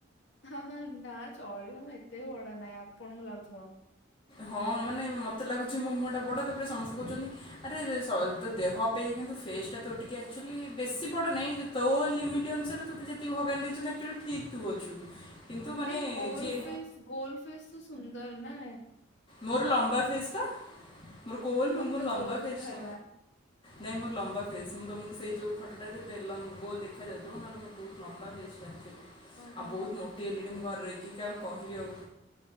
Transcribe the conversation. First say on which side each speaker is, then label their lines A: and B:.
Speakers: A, on the left; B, on the left.
A: ହଁ ହଁ ନା ଚଳିବ ମ ଏତେ ବି ବଡ ନାଇଁ ଆପଣଙ୍କୁ ଲାଗୁଥିବ।
B: ହଁ ମାନେ ମୋତେ ଲାଗୁଚି ମୋ ମୁହଁ ଟା ବଡ ତାପରେ ସମସ୍ତେ କୋହୁଚନ୍ତି ଆରେ ଆରେ ସଲ୍ ତୋ ଦେହ ଅପେକ୍ଷା କିନ୍ତୁ ଫେସ୍ ଟା ତୋ ଟିକେ ଆକ୍ଚୁଆଲି ବେଶୀ ବଡ ନାଇଁ ତୋ ଲିମିଟ୍ ଅନୁସାରେ ତତେ ଯେତିକି ଭଗବାନ୍ ଦେଇଛନ୍ତି ଆକ୍ଚୁଆଲି ଠିକ୍ ତୁ ଅଛୁ। କିନ୍ତୁ ମାନେ
A: ନାଇଁ ଗୋଲ୍
B: ଯିଏ
A: ଫେସ୍ ଗୋଲ୍ ଫେସ୍ ତ ସୁନ୍ଦର ନା।
B: ମୋର ଲମ୍ବା ଫେସ୍ ପା। ମୋର ଗୋଲ
A: ଆରେ
B: ନୁହଁ,
A: ମତେ
B: ମୋର
A: ତ
B: ଲମ୍ବା
A: ଗୋଲ
B: ଫେସ୍ଟା
A: ଦେଖାହେଲା।
B: ନାଇଁ ମୋର ଲମ୍ବା ଫେସ୍। ମୁଁ ତମକୁ ସେଇ ଯୋଉ ଫଟୋଟା ଦେ ଲମ୍ ଗୋଲ ଦେଖାଯାଉଥିବ ନହେଲେ ମୋରୋ ବହୁତ ଲମ୍ବା ଫେସ୍ ଟା। ଆଉ
A: ଓହୋ
B: ବୋହୁତ ମୋଟି ହେଲେଣି ମୁଁ। ଘରେ ରହିକି କିଅନ୍ କହିବି ଆଉ?